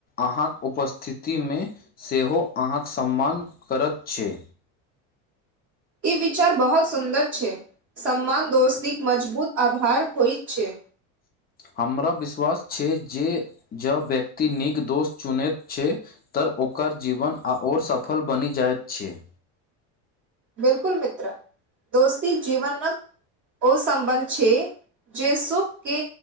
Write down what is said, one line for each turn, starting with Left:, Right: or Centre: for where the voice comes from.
Left: अहाँक उपस्थिति ति में सेहो अहाँक सम्मान करैत छै।
Right: ई विचार बहुत सुन्दर छै सम्मान दोस्तीक मजबूत आघार होईत छै।
Left: हमरा विश्वास छै जे जँ व्यक्ति नीक दोष चुनैत छै तऽ ओकर जीवन आओर सफल बनि जाइत छै। <unintelligible>
Right: बिलकुल मित्र दोस्ती जीवनक ओ सम्बन्ध छै जे सुख के